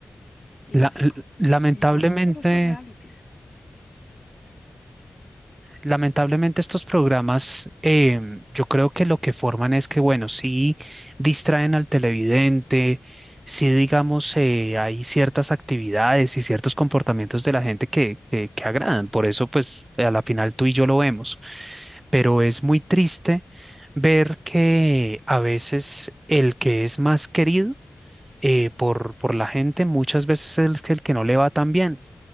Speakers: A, on the left; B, on the right.
A: ilógico.
B: La- l- lamentablemente
A: Y no son solo estos realities.
B: Lamentablemente estos programas, eh, yo creo que lo que forman es que, bueno, sí distraen al televidente, sí digamos, eh, hay ciertas actividades y ciertos comportamientos de la gente que, que, que agradan. Por eso, pues, a la final tú y yo lo vemos. Pero es muy triste ver que a veces el que es más querido eh, por, por la gente, muchas veces es el, que el que no le va tan bien.